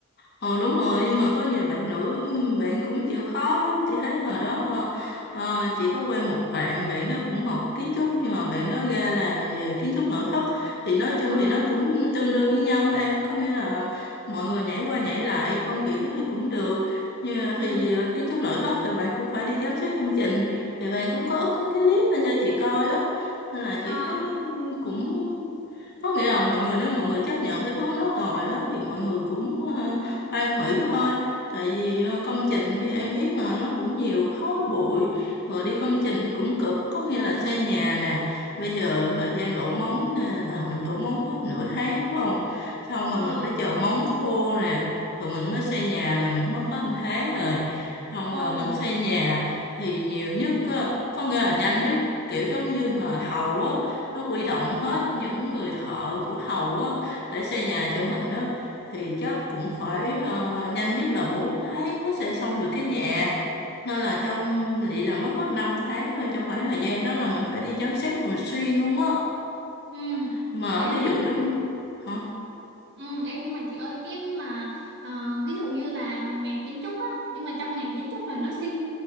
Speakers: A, on the left; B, on the right.
A: Ờ đúng rồi nhưng mà có nhiều bạn nữ bạn cũng chịu khó lắm chị thấy hồi đó ờ, chị có quen một bạn bạn đó cũng học kiến trúc nhưng mà bạn đó ra làm về kiến trúc nội thất thì nói chung
B: ờ
A: thì nó cũng tương đương với nhau em có nghĩa là mọi người nhảy qua nhảy lại công việc nó thì cũng được nhưng mà
B: ừ
A: thì ờ, kiến trúc nội thất thì bạn cũng phải đi giám sát công trình thì bạn cũng có up mấy cái clip lên cho chị coi á nên là
B: ờ
A: chị thấy cũng có nghĩa là mọi người nếu mọi người chấp nhận cái hướng đó rồi á thì mọi người cũng ờ, hoang hủy thôi tại vì ờ, công trình thì em biết mà nó cũng nhiều khói bụi rồi đi công trình thì cũng cực có nghĩa là xây nhà nè bây giờ thời gian đổ móng nè là mình đổ móng hết nửa tháng phải không xong rồi
B: ờ
A: mình phải chờ móng khô nè rồi mình mới xây nhà là mình mất hết một tháng rồi xong
B: ồ
A: rồi mình xây nhà thì nhiều nhất á, có nghĩa là nhanh nhất kiểu giống như mà thầu á nó huy động hết những người thợ của thầu á để xây nhà cho mình á thì chắc cũng phải ờ, nhanh nhất là 4 tháng mới xây xong được cái nhà nên là trong lị là mất hết 5 tháng thôi trong khoảng thời gian đó là mình phải đi giám sát thường xuyên luôn á
B: ừ
A: mà
B: ê nhưng
A: thí dụ
B: mà
A: giống
B: chị
A: hả
B: ừ ê nhưng mà chị ơi cái mà ờ, ví dụ như là ngành kiến trúc á nhưng mà trong ngành kiến trúc là nó sinh